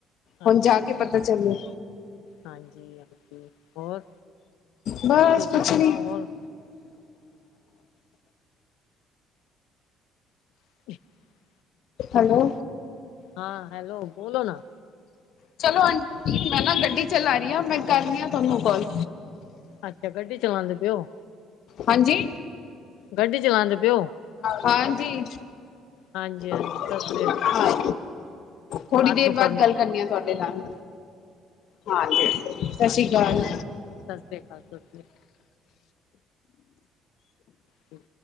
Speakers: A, on the left; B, on the left.
A: ਹੁਣ
B: ਅੱਛਾ
A: ਜਾ ਕੇ
B: ਜੀ
A: ਪਤਾ ਚੱਲੇਗਾ।
B: ਹਾਂਜੀ -ਹਜੀ ਹੋਰ
A: ਬਸ
B: ਤੁਸੀਂ
A: ਕੁਛ
B: ਸੁਣਾਓ
A: ਨੀ
B: ਹੋਰ। <inaudible>
A: ਹੈਲੋ,
B: ਹਾਂ, ਹੈਲੋ, ਬੋਲੋ ਨਾ।
A: ਚਲੋ ਆਂਟੀ ਮੈਂ ਨਾ ਗੱਡੀ ਚਲਾ ਰਹੀ ਹਾਂ ਮੈਂ ਕਰਦੀ ਹਾਂ ਤੁਹਾਨੂੰ ਕਾੱਲ।
B: ਅੱਛਾ। ਗੱਡੀ ਚਲਾਉਦੇ ਪਿਓ।
A: ਹਾਂਜੀ।
B: ਗੱਡੀ ਚਲਾਂਦੇ ਪਓ।
A: ਹਾਂਜੀ।
B: ਹਾਂਜੀ ਹਾਂਜੀ
A: ਹਾਂ,
B: ਸਤਿ ਸ੍ਰੀ ਅਕਾਲ ਚਲੋ
A: ਥੋੜੀ ਦੇਰ
B: ਨੂੰ
A: ਬਾਅਦ
B: ਕਰਨੀਆਂ
A: ਗੱਲ
B: ਨੇ
A: ਕਰਨੀ ਆ ਤੁਹਾਡੇ ਨਾਲ। ਹਾਂਜੀ, ਸਤਿ
B: ਹਾਂਜੀ
A: ਸ੍ਰੀ ਅਕਾਲ।
B: ਸਤਿ ਸ਼੍ਰੀ ਅਕਾਲ, ਸਤਿ ਸ਼੍ਰੀ ਅਕਾਲ। ਠੀਕ।